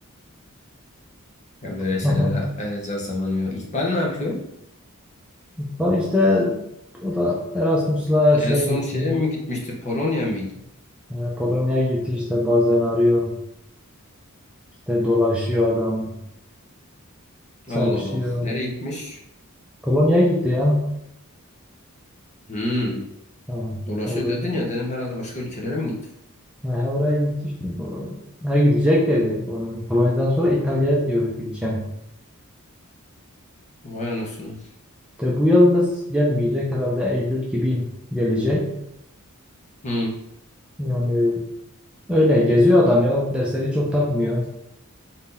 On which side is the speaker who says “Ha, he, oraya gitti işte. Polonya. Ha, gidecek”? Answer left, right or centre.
Centre